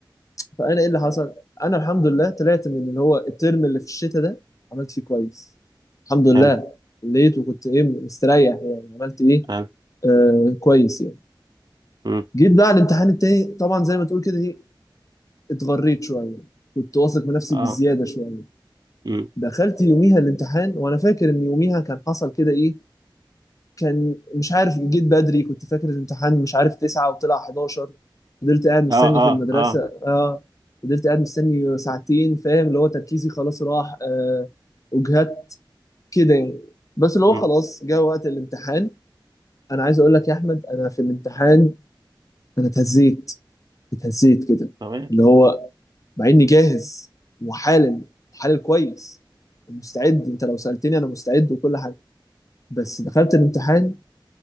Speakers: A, on the left; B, on the right.
A: فأنا إيه اللي حصل؟ أنا الحمد لله طلعت من اللي هو الترم اللي في الشتاء ده عملت فيه كويس الحمد لله
B: حلو
A: لقيت وكنت إيه مستريح يعني عملت إيه
B: حلو
A: آه كويس يعني
B: امم
A: جيت بقى على الامتحان التاني طبعا زي ما تقول كده إيه اتغريت شوية كنت واثق من نفسي
B: اه
A: بزيادة شوية
B: امم
A: دخلت يوميها الامتحان وانا فاكر ان يوميها كان حصل كده ايه كان مش عارف جيت بدري كنت فاكر الامتحان مش عارف 9 وطلع 11 فضلت قاعد مستني
B: اه اه
A: في المدرسة
B: اه
A: اه فضلت قاعد مستني ساعتين فاهم اللي هو تركيزي خلاص راح آه وجهت كده يعني بس اللي هو
B: امم
A: خلاص جه وقت الامتحان انا عايز اقول لك يا احمد انا في الامتحان انا اتهزيت اتهزيت كده
B: تمام
A: اللي هو مع اني جاهز وحالم حالل كويس ومستعد انت لو سألتني انا مستعد وكل حاجة بس دخلت الامتحان